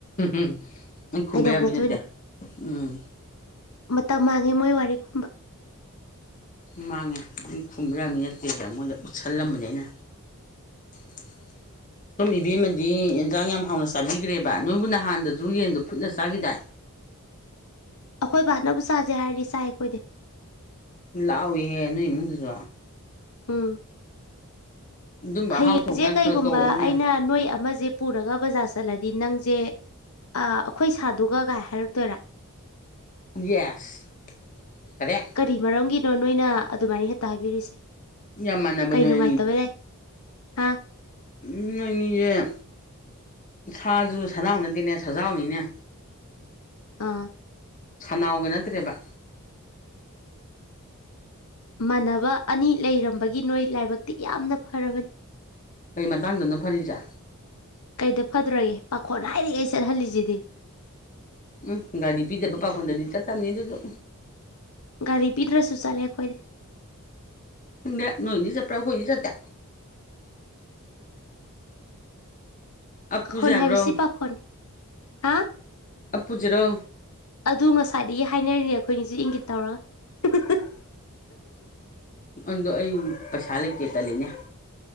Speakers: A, on the left (about 35°); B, on the left (about 75°).
A: ꯎꯝꯝ ꯅꯪ ꯈꯨꯝꯕ
B: ꯀꯩꯗꯧꯅꯗꯣꯏꯅꯣ
A: ꯌꯥꯕꯃꯤ ꯅꯠꯇꯦ ꯎꯝ
B: ꯃꯇꯝ ꯃꯥꯡꯉꯦ ꯃꯣꯏ ꯋꯥꯔꯤ ꯈꯨꯝꯕ
A: ꯃꯥꯡꯉꯦ ꯑꯩꯅ ꯈꯨꯝꯕ ꯌꯥꯕꯃꯤ ꯅꯠꯇꯦꯁ‌ꯦ ꯃꯣꯏꯗ ꯎꯠꯁꯜꯂꯝꯕꯅꯤ ꯑꯩꯅ <inaudible> ꯁ‌ꯣꯝ ꯏꯕꯦꯝꯃꯗꯤ ꯌꯦꯟꯖꯥꯡ ꯌꯥꯝ ꯍꯥꯎꯅ ꯆꯥꯕꯤꯈ꯭ꯔꯦꯕ ꯅꯣꯏꯕꯨ ꯅꯍꯥꯟꯗꯁꯨ ꯌꯦꯟꯗꯣ ꯐꯨꯠꯂ ꯆꯥꯒꯤꯗꯥꯏ
B: ꯑꯩꯈꯣꯏ ꯚꯅꯕꯨ ꯆꯥꯁꯦ ꯍꯥꯏꯔꯗꯤ ꯆꯥꯏ ꯑꯩꯈꯣꯏꯗꯤ
A: ꯂꯥꯎ ꯏꯍꯦ ꯅꯣꯏ ꯏꯃꯨꯡꯗꯨꯁꯨ
B: ꯎꯝ
A: ꯑꯗꯨꯝꯕ
B: ꯍꯌꯦꯡꯁꯦ
A: ꯑꯍꯥꯎ ꯊꯣꯡꯀꯥꯟ
B: ꯀꯩꯒꯨꯝꯕ
A: ꯈꯔ ꯀꯧꯔꯛꯎꯅꯦ
B: ꯑꯩꯅ ꯅꯣꯏ ꯑꯃꯁꯦ ꯄꯨꯔꯒ ꯕꯖꯥ꯭ꯔ ꯆꯠꯂꯗꯤ ꯅꯪꯁꯦ ꯑꯩꯈꯣꯏ ꯁꯥꯗꯨꯒ ꯀꯥꯏ ꯍꯥꯏꯔꯛꯇꯣꯏꯔꯥ
A: ꯌꯦꯁ ꯀꯔꯦꯛ
B: ꯀꯔꯤ ꯃꯔꯝꯒꯤꯅꯣ ꯅꯣꯏꯅ ꯑꯗꯨꯃꯥꯏꯅ ꯍꯦꯛꯇ ꯍꯥꯏꯕꯤꯔꯤꯁꯦ
A: ꯌꯥꯝ ꯃꯥꯟꯅꯕ
B: ꯀꯩ
A: ꯅꯣꯏ
B: ꯅꯨꯡꯉꯥꯏꯇꯕ ꯂꯩ ꯍꯥꯥ
A: ꯎꯝ ꯅ‌ꯣꯏꯅꯤꯁ‌ꯦ ꯁꯥꯗꯨꯅ ꯁꯅꯥꯎ ꯅꯠꯇ‌ꯦ ꯁꯖꯥꯎꯅꯤꯅꯦ
B: ꯑꯥ
A: ꯁꯅꯥꯎꯒ ꯅꯠꯇ꯭ꯔꯦꯕ
B: ꯃꯥꯟꯅꯕ ꯑꯅꯤ ꯂꯩꯔꯝꯕꯒꯤ ꯅꯣꯏ ꯂꯥꯏꯕꯛꯇꯤ ꯌꯥꯝꯅ ꯐꯔꯕꯅꯤ
A: ꯀꯩ ꯃꯇꯥꯡꯗꯅ ꯐꯔꯤꯁꯦ
B: ꯀꯩꯗ ꯐꯗ꯭ꯔꯒꯦ ꯄꯥꯈꯣꯠ ꯍꯥꯏꯔꯤꯉꯩ ꯆꯠꯍꯜꯂꯤꯁꯤꯗꯤ
A: ꯎꯝ ꯒꯥꯔꯤ ꯄꯤꯖꯕ ꯄꯥꯈꯣꯟꯗꯗꯤ ꯆꯠꯇꯕꯅꯤ ꯑꯗꯨꯁꯨ
B: ꯒꯥꯔꯤ ꯄꯤꯗ꯭ꯔꯁꯨ ꯆꯠꯂꯦ ꯑꯩꯈꯣꯏꯗꯤ
A: ꯈꯪꯗꯦ ꯅꯣꯏꯗꯤ ꯆꯠꯄ꯭ꯔꯥ ꯑꯩꯈꯣꯏꯗꯤ ꯆꯠꯇꯦ ꯑꯞꯄꯨꯁꯦ
B: ꯄꯥꯈꯣꯟ
A: ꯍꯥꯏꯕ꯭ꯔꯣ
B: ꯍꯥꯏꯕꯁꯤ ꯄꯥꯈꯣꯟꯅꯤ ꯍꯥ
A: ꯑꯄꯨꯖꯔꯣ
B: ꯑꯗꯨ ꯉꯁꯥꯏꯗꯒꯤ ꯍꯥꯏꯅꯔꯤꯅꯦ ꯑꯩꯈꯣꯏꯅꯤꯁꯨ ꯏꯪꯒꯤꯠ ꯇꯧꯔꯒ
A: ꯑꯗꯣ ꯑꯩ ꯄꯩꯁꯥ ꯂꯩꯇꯦ ꯇꯠꯜꯂꯤꯅꯦ